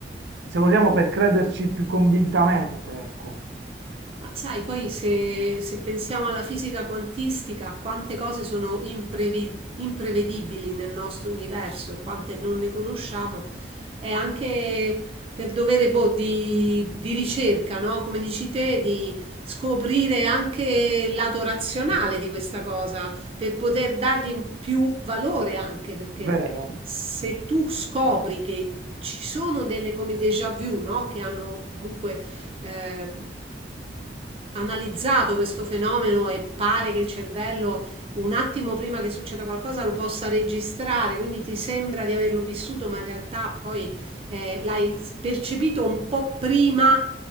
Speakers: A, on the right; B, on the right.
A: se vogliamo, per crederci più convintamente, ecco,
B: Ma sai, poi se, se pensiamo alla fisica quantistica, quante cose sono imprevi- imprevedibili nel nostro universo e quante non ne conosciamo, è anche per dovere boh, di, di ricerca, no? Come dici te, di scoprire anche il lato razionale di questa cosa, per poter dargli un più valore anche, perché
A: vero?
B: se tu scopri che ci sono delle come déjà vu, no? Che hanno comunque eh, analizzato questo fenomeno e pare che il cervello un attimo prima che succeda qualcosa lo possa registrare, quindi ti sembra di averlo vissuto, ma in realtà poi eh, l'hai percepito un po' prima